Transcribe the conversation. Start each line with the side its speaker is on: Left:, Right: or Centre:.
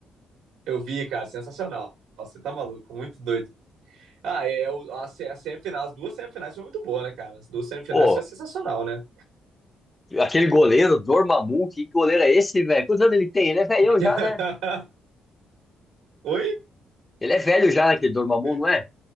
Right: eu vi, cara, sensacional. Você tá maluco, muito doido. Ah, é, o- a, se- a semifinal, as duas semifinais foi muito boa, né, cara? As duas semifinais
Left: Pô,
Right: foi sensacional, né?
Left: aquele goleiro, Dormammu, que goleiro é esse, velho? Quantos anos ele tem? Ele é velhão
Right: <laughs>
Left: já, né?
Right: Oi?
Left: Ele é velho já, né, aquele Dormammu,
Right: Ele
Left: não é?